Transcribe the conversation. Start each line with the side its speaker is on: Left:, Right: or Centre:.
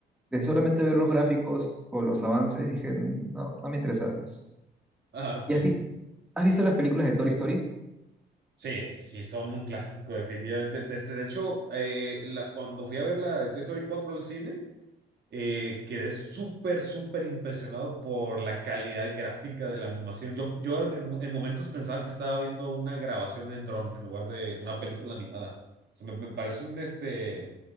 Centre: De solamente ver los gráficos o los avances, dije, no, no me interesa verlos.
Right: Ah, ok.
Centre: ¿Y has visto, has visto las películas de Toy Story?
Right: Sí, sí, son un clásico, definitivamente. Desde, de hecho, eh, la- cuando fui a ver la de Toy Story 4 al cine, eh, quedé súper, súper impresionado por la calidad gráfica de la animación. Yo, yo en, en momentos pensaba que estaba viendo una grabación en dron en lugar de una película animada. O sea, me, me parece un este, o